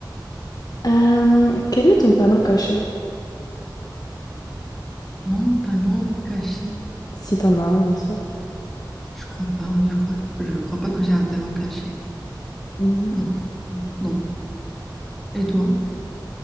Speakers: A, on the left; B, in the centre.
A: Euh, quel est ton talent caché?
B: Mon talent caché,
A: Si t'en as un, bien sûr.
B: je crois pas. Je crois que, je crois pas que j'ai un talent caché.
A: Mhm.
B: Non. Non. Et toi,